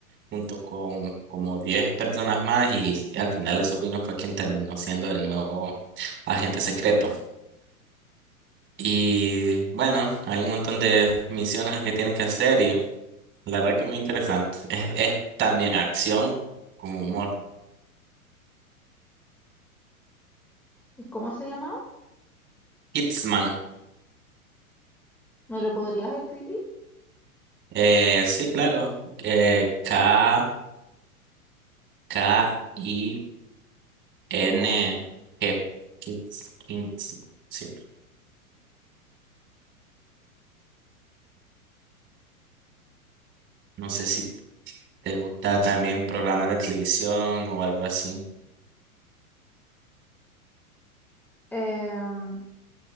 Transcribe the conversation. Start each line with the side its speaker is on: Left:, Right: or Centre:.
Right: junto con como 10 personas más y al final el sobrino fue quien terminó siendo el nuevo agente secreto. Y bueno, hay un montón de misiones que tienen que hacer y la verdad que muy interesante. Es, es también acción con humor.
Centre: ¿Y cómo se llamaba?
Right: Kidsman.
Centre: ¿Me lo podrías escribir?
Right: Eh, sí, claro. Eh, K, K, I, N,
Centre: Ya.
Right: G. Kings- Kings, sí. No sé si te gusta también programas de televisión o algo así.
Centre: Em,